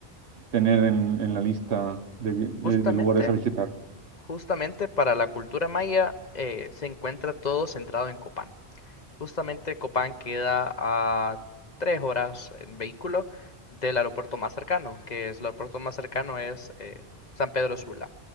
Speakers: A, on the right; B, on the left.
A: tener en, en la lista de, vi- de-
B: Justamente
A: de lugares a visitar?
B: Justamente para la cultura maya eh, se encuentra todo centrado en Copán. Justamente Copán queda a tres horas en vehículo del aeropuerto más cercano, que es el aeropuerto más cercano es eh, San Pedro Sula.